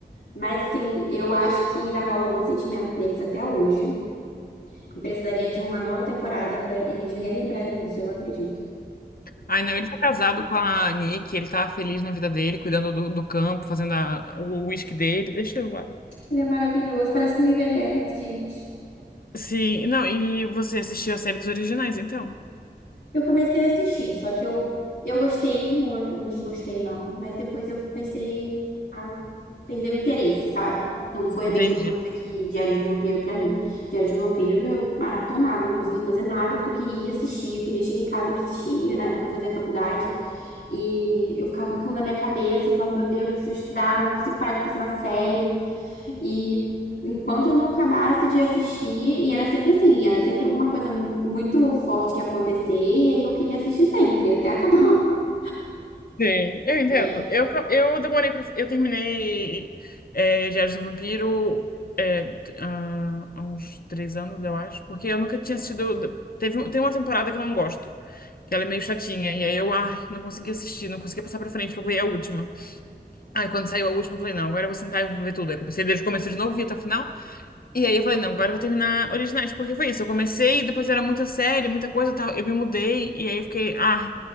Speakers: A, on the left; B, on the left.
A: Mas, assim, eu acho que ainda rola muito sentimento deles até hoje. E precisaria de uma nova temporada pra eles relembrarem isso, eu acredito.
B: Ai, não, ele tá casado com a Nick, ele tá feliz na vida dele, cuidando do, do campo, fazendo a- o uísque dele, deixa eu lá.
A: Ele é maravilhoso, parece que não envelhece, gente.
B: Sim, não, e você assistiu a série dos originais, então?
A: Eu comecei a assistir, só que eu, eu gostei, não, não desgostei, não. Mas depois eu comecei a perder o interesse, sabe? Não foi
B: Entendi.
A: a mesma coisa que Diário de um Vampiro pra mim. Diário de um Vampiro eu maratonava, eu não conseguia fazer nada porque eu queria assistir, eu queria chegar em casa pra assistir. Na época eu fazia faculdade e eu ficava com aquilo na minha cabeça, eu falava, meu Deus, preciso estudar, mas não consigo parar de pensar na série. E enquanto eu não acabasse de assistir, e era sempre assim, era sempre alguma coisa mu- muito forte que ia acontecer, e aí eu queria assistir sempre, até acabar. <laughs>
B: Sim, eu entendo.
A: E aí,
B: Eu, eu demorei pra. Eu terminei é, Diários do Vampiro é, t- há há uns três anos, eu acho, porque eu nunca tinha assistido. Teve, um- tem uma temporada que eu não gosto, que ela é meio chatinha, e aí eu, ai, não consegui assistir, não consegui passar pra frente pra ver a última. Aí quando saiu a última, eu falei, não, agora eu vou sentar e vou ver tudo. Aí comecei desde o começo de novo, vi até o final. E aí eu falei, não, agora eu vou terminar Originais, porque foi isso. Eu comecei, depois era muita série, muita coisa e tal. Eu me mudei, e aí eu fiquei, ah,